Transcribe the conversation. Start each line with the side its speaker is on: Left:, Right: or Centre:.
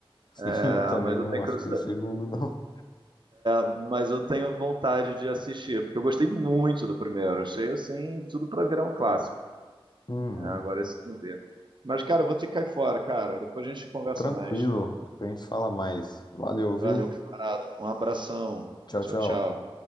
Left: sim, <laughs>
Right: Ah,
Left: eu também
Right: Mas
Left: não
Right: eu tenho
Left: assisti
Right: curiosidade
Left: o segundo, não.
Right: mas eu tenho vontade de assistir, porque eu gostei muito do primeiro. Achei assim, tudo pra virar um clássico.
Left: Uhum.
Right: É, agora esse não vê. Mas, cara, eu vou ter que cair fora, cara. Depois a gente conversa
Left: Tranquilo,
Right: mais.
Left: depois a gente fala mais. Valeu, viu?
Right: Valeu, camarada. Um abração.
Left: Tchau,
Right: Tchau,
Left: tchau.
Right: tchau.